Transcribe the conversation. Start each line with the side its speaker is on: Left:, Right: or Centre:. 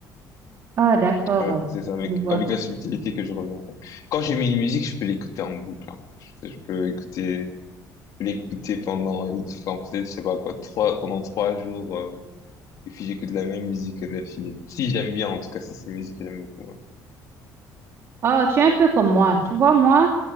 Right: Ah, d'accord,
Left: Ouais,
Right: euh,
Left: c'est ça, avec,
Right: je vois.
Left: avec la subtilité que je reviens. Quand j'ai mis une musique, je peux l'écouter en boucle. hein. Je, je peux écouter, l'écouter pendant, enfin, peut-être, je sais pas quoi, trois, pendant trois jours, euh, et puis j'écoute la même musique d'affilée. Si j'aime bien, en tout cas, si c'est une musique que j'aime beaucoup. Ouais,
Right: Ah, tu es un peu comme moi. Tu vois, moi,